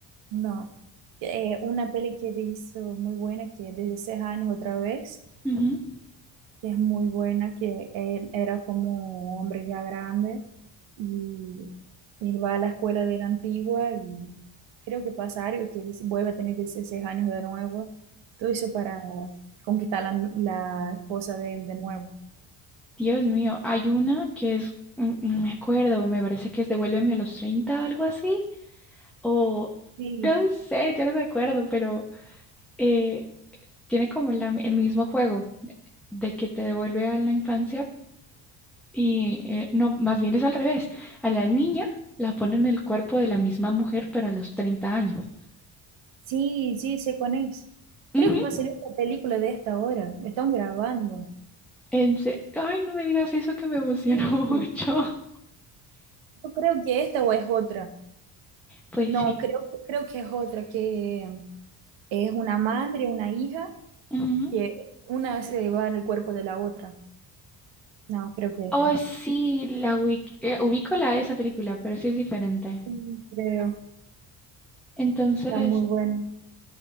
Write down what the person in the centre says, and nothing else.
Ujú.
Dios mío, hay una que es, mm, no me acuerdo, me parece que es Devuélveme a los treinta, algo así. O,
no sé, ya no me acuerdo, pero eh, tiene como la- el mismo juego de que te devuelve a la infancia y, eh, no, más bien es al revés. A la niña la ponen en el cuerpo de la misma mujer, pero a los 30 años.
Ujú.
En se- Ay, no me digas eso que me emocionó
<laughs> mucho.
Pues
sí.
Ujú.
Oh, sí, la ubic- eh, ubico la esa película, pero sí es diferente.
Entonces,